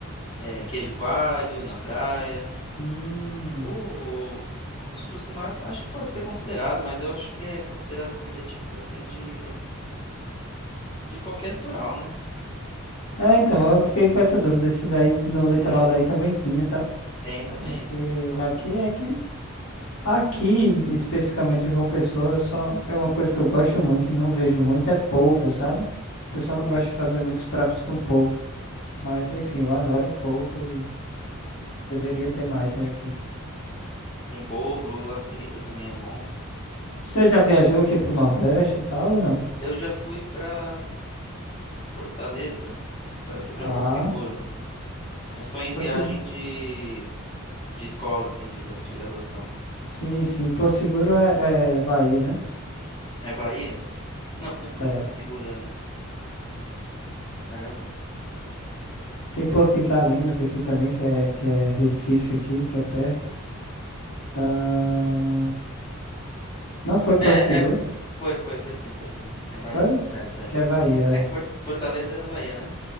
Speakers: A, on the left; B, on the left.
A: é, queijo coalho na praia.
B: Hum.
A: O, os frutos do mar acho que pode ser considerado, mas eu acho que é considerado comida típica assim de de qualquer litoral, né?
B: É, então, eu fiquei com essa dúvida se daí no
A: É,
B: litoral daí também tinha, sabe?
A: tem também,
B: Porque
A: tem bastante.
B: aqui, aqui Aqui, especificamente em João Pessoa, só é uma coisa que eu gosto muito e não vejo muito, é polvo, sabe? O pessoal
A: Boa.
B: não gosta de fazer muitos pratos com polvo. Mas, enfim, eu adoro polvo e deveria ter mais, né, aqui.
A: Sem polvo, lula frita também é bom.
B: Você já viajou aqui pro Nordeste e tal, ou não?
A: Eu já fui pra Fortaleza, pra- eu fui pra
B: Tá.
A: Porto Seguro, mas foi em
B: Porto
A: viagem
B: Seguro.
A: de, de escola, assim, de, gra- de graduação.
B: Sim, sim. Porto Seguro é, é Bahia, né?
A: É, é Bahia? Não, não foi
B: É.
A: Porto Seguro, é. Caramba.
B: Tem Porto de Galinhas aqui também, que é, que é Recife aqui, que é perto. Ah, Não foi Porto
A: É,
B: Seguro?
A: é, foi, foi, foi sim, foi sim. É Bahia,
B: Foi?
A: tá certo, é.
B: Que é Bahia,
A: É
B: é.
A: que For- Fortaleza é na Bahia, né?